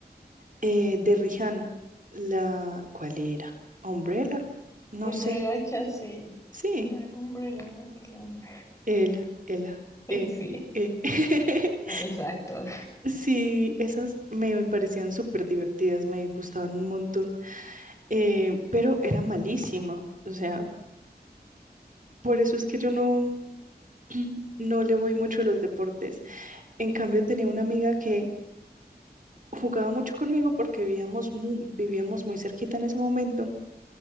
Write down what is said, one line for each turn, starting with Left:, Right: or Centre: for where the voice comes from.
Right: eh, de Rihanna, la, ¿cuál era? Umbrella, no
Left: Umbrella
Right: sé,
Left: Chancey.
Right: sí,
Left: My umbrella alone.
Right: Ela, Ela,
Left: <laughs>
Right: eh,
Left: Sí,
Right: eh. <laughs>
Left: exacto.
Right: Sí, esas me parecían súper divertidas, me gustaban un montón, eh, pero era malísima, o sea, por eso es que yo no, <clears throat> no le voy mucho a los deportes. En cambio, tenía una amiga que jugaba mucho conmigo porque vivíamos mu- vivíamos muy cerquita en ese momento